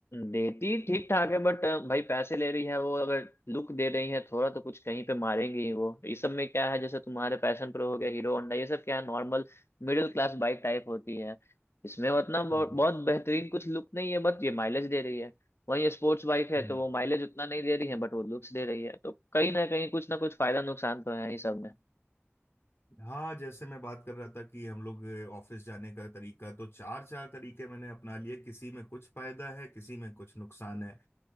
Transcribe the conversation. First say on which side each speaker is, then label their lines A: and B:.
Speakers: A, on the left (about 65°); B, on the left (about 50°).
A: देती ठीक ठाक है बट भाई पैसे ले रही है वो अगर लुक दे रही है थोड़ा तो कुछ कहीं पे मारेंगे ही वो इस सब में क्या है जैसे तुम्हारे पैशन प्रो हो गया हीरो होंडा ये सब क्या है normal middle class bike type होती है इसमें उतना बहुत
B: हम्म
A: बहुत बेहतरीन कुछ लुक नहीं है बट ये माइलेज दे रही है वहीं स्पोर्ट्स बाइक है
B: हम्म
A: तो वो माइलेज उतना नहीं दे रही है बट वो लुक्स दे रही है तो कहीं ना कहीं कुछ ना कुछ फायदा नुकसान तो है ही सब में
B: हाँ जैसे मैं बात कर रहा था कि हम लोग अ, ऑफिस जाने का तरीका तो चार चार तरीके मैंने अपना लिए किसी में कुछ फायदा है किसी में कुछ नुकसान है